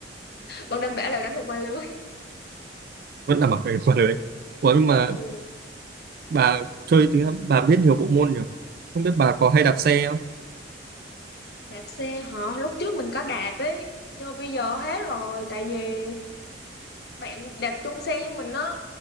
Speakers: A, on the left; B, on the right.
A: còn đảm bảo là đánh được qua lưới
B: vẫn là mặc cái quần đấy Ủa nhưng mà
A: <laughs> ừ
B: bà chơi thì bà biết nhiều bộ môn nhỉ không biết bà có hay đạp xe không
A: đạp xe hả lúc trước mình có đạp ấy nhưng mà bây giờ hết rồi tại vì bạn đạp chung xe với mình á